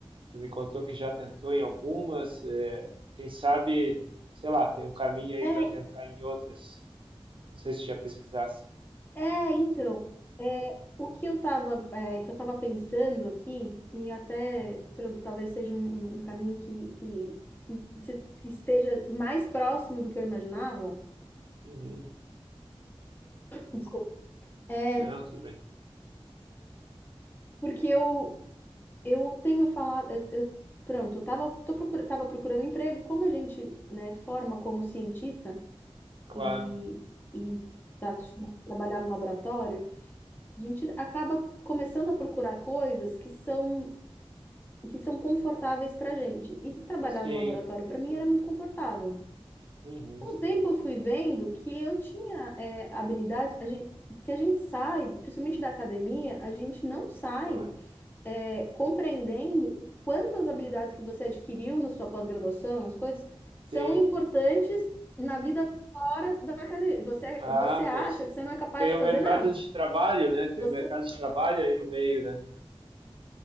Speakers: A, on the right; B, on the left.
A: Tu me contou que já tentou em algumas, eh, quem sabe, sei lá, tem um caminho aí
B: É,
A: para tentar em outras. Não sei se já pesquisasse.
B: É, então, é, o que eu tava, é, que eu tava pensando aqui, e até,
A: Uhum.
B: pronto, talvez seja um, um caminho que, que, que, se- que esteja mais próximo do que eu imaginava,
A: Uhum.
B: desculpa, é
A: Não, tudo bem.
B: porque eu, eu tenho falado, eu, eu- pronto, eu tava, tô procura, tava procurando emprego, como a gente, né, forma como cientista
A: Claro.
B: e, e tá acostumado a trabalhar no laboratório, a gente acaba começando a procurar coisas que são que são confortáveis para a gente. E trabalhar
A: Sim,
B: no laboratório para
A: sim.
B: mim era muito confortável.
A: Uhum.
B: Com o tempo eu fui vendo que eu tinha é, habilidades, a gente, porque a gente sai, principalmente da academia, a gente não sai
A: Claro.
B: é, compreendendo o quanto as habilidades que você adquiriu na sua pós-graduação, as coisas,
A: Sim.
B: são importantes na vida fora da academia. Você, é,
A: Ah,
B: você acha
A: pois.
B: que você não é capaz
A: Tem
B: de
A: o
B: fazer
A: mercado
B: nada.
A: de trabalho, né? Tem
B: Você
A: o mercado de trabalho aí no meio, né?